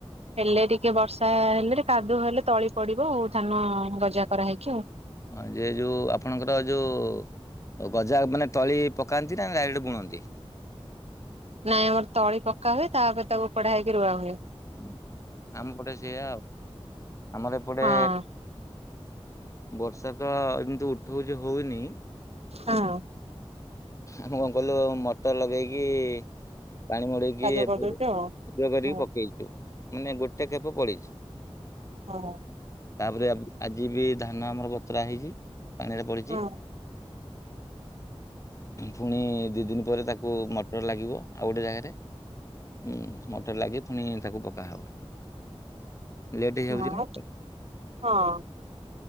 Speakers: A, on the right; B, on the left.
A: ହେଲେ ଟିକେ ବର୍ଷା ହେଲେ ଟିକ କାଦୁଅ ହେଲେ ତଳି ପଡିବ ଆଉ ଧାନ ଗଜା କରା ହେଇକି ଆଉ।
B: ହଁ ଯେ ଯୋଉ ଆପଣଙ୍କର ଯୋଉ ଆଉ ଗଜା ମାନେ ତଳି ପକାନ୍ତି ନା ଏଇଢୁ ବୁଣନ୍ତି।
A: ନାଇଁ ମୋର ତଳି ପକା ହୁଏ ତାପରେ ତାକୁ ପଢା ହେଇକି ରୁଆ ହୁଏ।
B: ଉଁ ହୁଁ ଆମ ପଟେ ସେଇୟା ଆଉ ଆମର ଏପଟେ
A: ହଁ
B: ବର୍ଷା ତ ଏମିତି ଉଠଉଛି ହଉନି।
A: ହଁ।
B: ଆମେ କଣ କଲୁ ମଟର ଲଗେଇକି। ପାଣି ମଡ଼େଇକି
A: କାଦୁଅ କରିଦଉଚ ଆଉ
B: ଏବେ କରିକି
A: ହଁ
B: ପକେଇଛୁ ମାନେ ଗୋଟେ <unintelligible> କ୍ଷେପ ପଡ଼ିଛି।
A: ହଁ।
B: ତାପରେ ଆଜି ବି ଧାନ ଆମର ବତରା ହେଇଛି ପାଣିରେ ପଡିଚି।
A: ହଁ।
B: ଫୁଣି ଦି ଦିନ ପରେ ତାକୁ ମଟର ଲାଗିବ ଆଉ ଗୋଟେ ଜାଗାରେ। ହୁଁ ମଟର ଲାଗି ଫୁଣି ତାକୁ ପକାହବ। ଲେଟ୍ ହେଇଯାଉଛି
A: ହଁ
B: ନା
A: ହଁ।